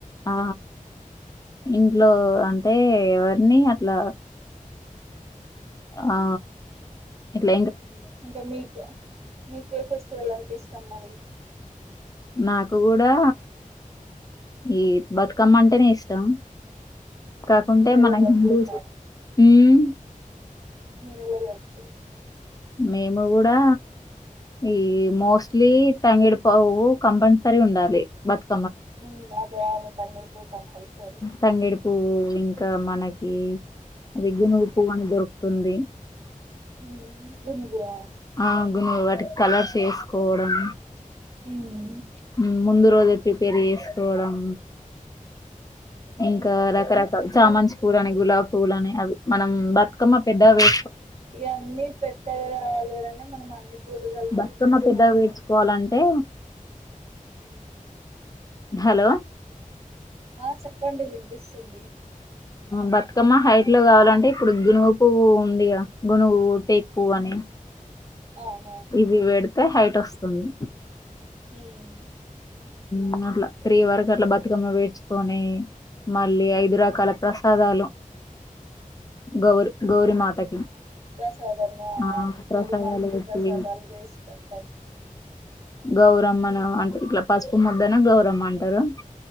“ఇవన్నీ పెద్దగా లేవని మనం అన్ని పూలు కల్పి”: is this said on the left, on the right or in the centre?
Right